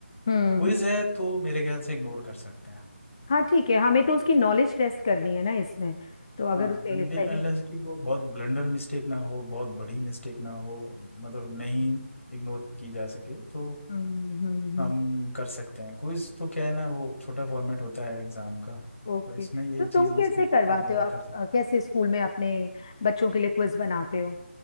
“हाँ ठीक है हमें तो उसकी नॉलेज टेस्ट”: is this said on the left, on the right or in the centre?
Left